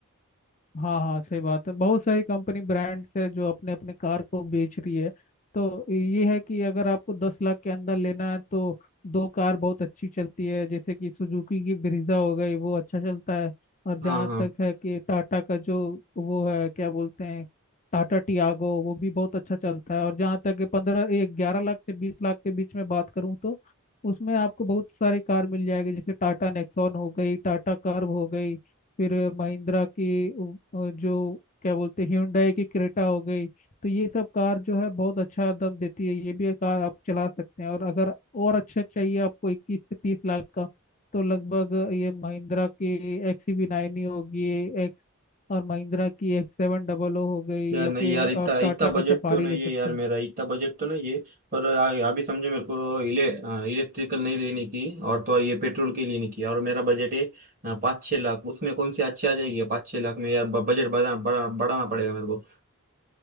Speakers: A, on the left; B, on the right.
A: हाँ हाँ सही बात है बहुत सारी कंपनी ब्रांड्स है जो अपने अपने कार को बेच रही है तो ये है कि अगर आपको दस लाख के अंदर लेना है तो दो कार बहुत अच्छी चलती है जैसे कि सुजुकी की ब्रीजा हो गई वो अच्छा चलता है और जहाँ
B: हाँ हाँ
A: तक है कि टाटा का जो वो है क्या बोलते हैं टाटा टियागो वो भी बहुत अच्छा चलता है और जहाँ तक कि पंद्रह एक ग्यारह लाख से बीस लाख के बीच में बात करूँ तो उसमें आपको बहुत सारी कार मिल जाएगी जैसे टाटा नेक्सॉन हो गई टाटा कर्व हो गई फिर महिंद्रा की उ- अ, जो क्या बोलते हैं ह्यूंडई की क्रेटा हो गई तो ये सब कार जो है बहुत अच्छा दम देती है ये भी एक कार आप चला सकते हैं और अगर और अच्छा चाहिए आपको इक्कीस से तीस लाख का तो लगभग ये महिंद्रा की एक्स वी नाइन ही होगी एक्स और महिंद्रा की एक्स सेवन डबल ओ हो गई
B: यार
A: या
B: नहीं
A: फिर
B: यार इतना
A: आप टाटा
B: इतना
A: का
B: बजट
A: सफारी
B: तो नहीं
A: ले सकते
B: है यार
A: हैं
B: मेरा इतना बजट तो नहीं है पर आ- अभी समझे मेरे को इले इलेक्ट्रिकल नहीं लेने की और तो और ये पेट्रोल के लेने की और मेरा बजट है अ, पाँच छः लाख उसमें कौन सी अच्छी आ जाएगी पाँच छः लाख में यार ब- बजट बढ़ा बड़ा बढ़ाना पड़ेगा मेरे को